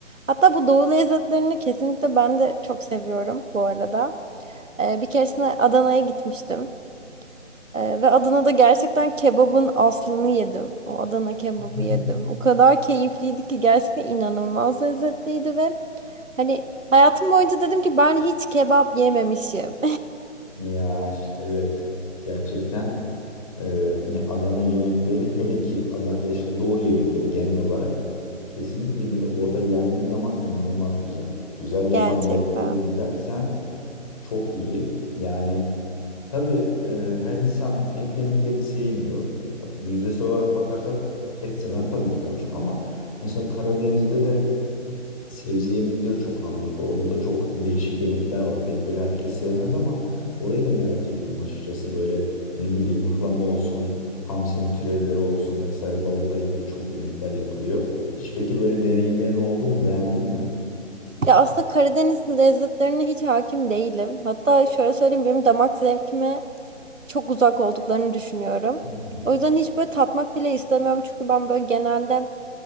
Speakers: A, on the right; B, on the left.
A: Hatta bu doğu lezzetlerini kesinlikle ben de çok seviyorum bu arada. Ee, bir keresinde Adana'ya gitmiştim. Ee, ve Adana'da gerçekten kebabın aslını yedim. O Adana kebabı
B: <laughs>
A: yedim. O kadar keyifliydi ki gerçekten inanılmaz lezzetliydi ve hani hayatım boyunca dedim ki ben hiç kebap yememişim.
B: Ya işte evet gerçekten. Ee, ya Adana yemekleri hele ki Adana, yaşa Doğu yemekleri genel olarak kesinlikle bir de orada yendiği zaman inanılmaz güzel. Güzel yapan
A: Gerçekten.
B: yerlere de gidersen çok iyi. Yani tabii e, her insan et yemeklerini sevmiyor. Tabii yüzdesi olarak bakarsak et seven tabii ki daha çok ama mesela Karadeniz'de de Sebze yemekleri çok ağırlıklı. Orada da çok değişik yemekler var. Pek böyle herkes sevmez ama orayı da merak ediyorum açıkçası. Böyle ne bileyim mıhlama olsun, hamsinin türevleri olsun vesaire balıkla ilgili çok yemekler yapılıyor. Hiç peki böyle deneyimlerin oldu mu? Beğendin mi?
A: Ya aslında Karadeniz lezzetlerine hiç hakim değilim. Hatta şöyle söyleyeyim benim damak zevkime çok uzak olduklarını düşünüyorum.
B: Hmm.
A: O yüzden hiç böyle tatmak bile istemiyorum. Çünkü ben böyle genelde